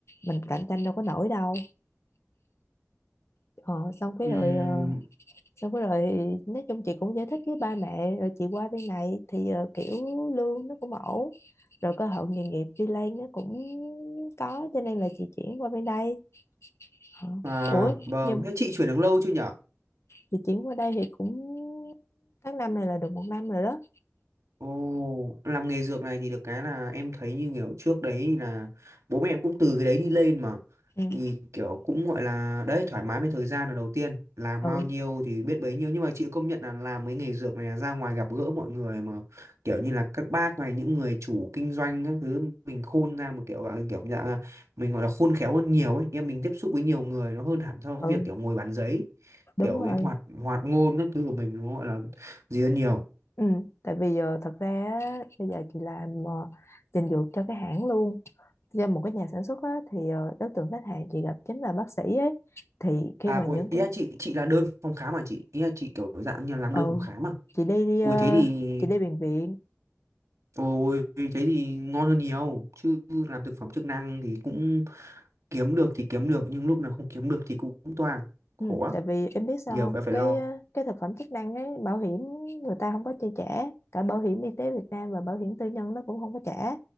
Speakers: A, on the left (about 60°); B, on the right (about 85°).
A: mình cạnh tranh đâu có nổi đâu ờ xong cái
B: Ừm,
A: rồi ờ, xong cái rồi nói chung chị cũng giải thích với ba mẹ rồi chị qua bên này thì ờ, kiểu lương nó cũng ổn rồi cơ hội nghề nghiệp đi lên nó cũng có cho nên là chị chuyển qua bên đây Ờ.
B: à,
A: ủa
B: vâng,
A: nhưng
B: thế chị chuyển được lâu chưa nhỉ?
A: chị chuyển qua đây thì cũng tháng năm này là được một năm rồi đó
B: Ồ, làm nghề dược này thì được cái là em thấy như kiểu trước đấy thì là bố mẹ em cũng từ cái đấy đi lên mà
A: ừ
B: thì kiểu cũng gọi là đấy thoải mái với thời gian là đầu tiên làm
A: ừ,
B: bao nhiêu thì biết bấy nhiêu nhưng mà chị công nhận là làm cái nghề dược này là ra ngoài gặp gỡ mọi người mà kiểu như là các bác này những người chủ kinh doanh các thứ mình khôn ra một kiểu à, kiểu dạng là mình gọi là khôn khéo hơn nhiều ấy em mình tiếp xúc với nhiều người nó hơn hẳn so với
A: ừ
B: việc kiểu ngồi bàn giấy
A: đúng
B: kiểu
A: rồi
B: cái hoạt hoạt ngôn các thứ của mình nó gọi là gì hơn nhiều
A: ừ tại vì giờ thật ra á, bây giờ chị làm ờ, trình dược cho cái hãng luôn cho một cái nhà sản xuất á, thì ờ, đối tượng khách hàng chị gặp chính là bác sĩ ấy thì khi
B: À,
A: mà
B: ui,
A: những
B: ý
A: cái
B: là chị chị là đơn phòng khám mà chị ý là chị kiểu dạng như là làm
A: ừ
B: đơn phòng khám mà
A: chị đi đi ờ,
B: ui thế thì
A: chị đi bệnh viện
B: ôi thế thì ngon hơn nhiều chứ làm thực phẩm chức năng thì cũng kiếm được thì kiếm được nhưng lúc nào không kiếm được thì cũng toàn khổ
A: ừ,
B: lắm
A: tại vì em biết sao
B: nhiều
A: không
B: cái phải
A: cái
B: lo
A: ờ, cái thực phẩm chức năng ấy bảo hiểm người ta không có chi trả cả bảo hiểm y tế Việt Nam và bảo hiểm tư nhân nó cũng không có trả